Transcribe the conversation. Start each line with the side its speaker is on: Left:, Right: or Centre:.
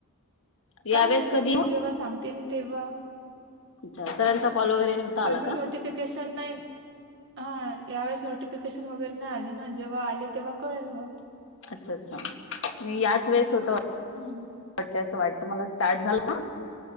Left: यावेळेस
Right: काय माहिती,
Left: कधी
Right: ते
Left: मग
Right: जेव्हा सांगतेन तेव्हा.
Left: अच्छा सरांचा कॉल वगैरे नव्हता आला
Right: अजून
Left: का
Right: नोटिफिकेशन नाही हा यावेेळेस नोटिफिकेशन वगैरे नाही आले ना. जेव्हा आले तेव्हा कळेल.
Left: अच्छा म याच वेळेस होतं वा
Right: हम्म.
Left: वाटतंय असं वाटतं मला. स्टार्ट झालं ना,